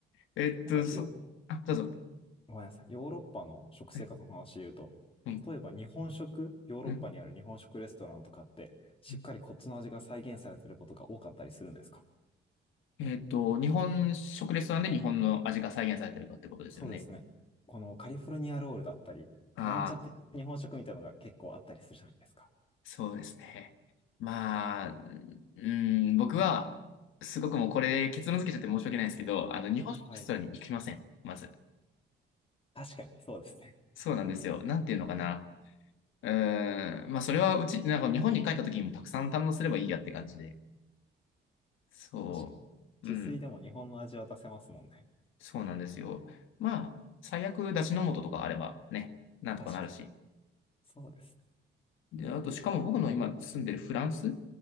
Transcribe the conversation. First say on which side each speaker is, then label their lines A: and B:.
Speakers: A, on the left; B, on the left.
A: えっと、
B: なんかよ、
A: そ、あ、どうぞ。
B: ごめんなさい。ヨーロッパの食生活の話で言うと、
A: はい。はい。
B: 例えば日本食、ヨーロッパにある日本食レストランとかって、
A: うん。
B: しっかりこっちの味が再現されてることが多かったりするんですか
A: うんえっと、日本食レストランで日本の味が再現されてるかってことですよね。
B: そうですね。このカリフォルニアロールだったり、
A: ああ、
B: なんちゃって日本食みたいなのが結構あったりするじゃないですか。
A: そうですね。まあ、うん、僕は、すごくもうこれ結論付けちゃって申し訳ないですけど、あの、日本食レストランに行きません。
B: はい。
A: まず。
B: 確かに、そうですね。
A: そうなんですよ。なんていうのかな。うーん、まあ、それはうち、なんか日本に帰った時にもたくさん堪能すればいいやって感じで。そう。
B: 確かに。自炊でも日本の味は出せますもんね。
A: うん。そうなんですよ。まあ、最悪、出汁の素とかあればね、なんとかなるし。
B: 確かに。そうです
A: で、あと、しかも僕の今住んでるフランス
B: ね。えー